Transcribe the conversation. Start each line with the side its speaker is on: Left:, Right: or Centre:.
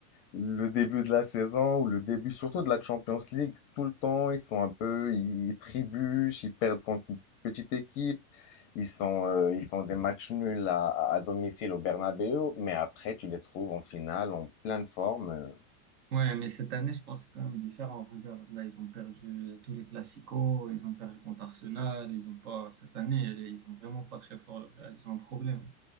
Left: Le début de la saison ou le début surtout de la Champions League, tout le temps, ils sont un peu, ils trébuchent, ils perdent contre une petite équipe. Ils sont, euh, ils font des matchs nuls à, à domicile au Bernabéu, mais après, tu les trouves en finale, en pleine forme. euh,
Right: Ouais, mais cette année, je pense que c'est quand même différent. Regarde, là, ils ont perdu tous les classicos, ils ont perdu contre Arsenal, ils ont pas, cette année, ils ont vraiment pas très fort, le Real, ils ont un problème.